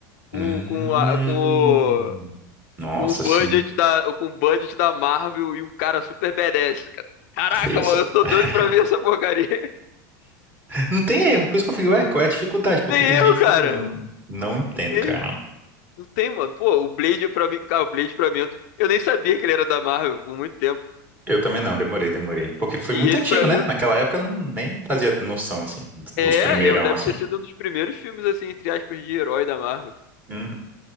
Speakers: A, on the left; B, on the right.
A: com,
B: Hum...
A: com, a, com o,
B: Nossa,
A: com o budget
B: sim.
A: da, com o budget da Marvel e um cara super badass, cara. Caraca,
B: Nossa, e essa-
A: mano, eu tô
B: <laughs>
A: doido pra ver essa porcaria.
B: Não tem erro, por isso que eu fico, ué, qual é a dificuldade?
A: <laughs>
B: Por
A: Nem
B: que que eles
A: eu,
B: dificultam?
A: cara.
B: Não, não entendo,
A: Nem
B: cara.
A: Não tem, mano. Pô, o Blade pra mim. Cara, o Blade pra mim. é um dos- Eu nem sabia que ele era da Marvel por muito tempo.
B: Eu também não, demorei, demorei. Porque foi
A: E
B: muito
A: ele
B: antigo,
A: pra
B: né?
A: mim.
B: Naquela época eu não, nem fazia noção, assim, dos
A: É,
B: primeirão,
A: eu deve
B: assim.
A: ter sido um dos primeiros filmes, assim, entre aspas, de herói da Marvel.
B: Uhum.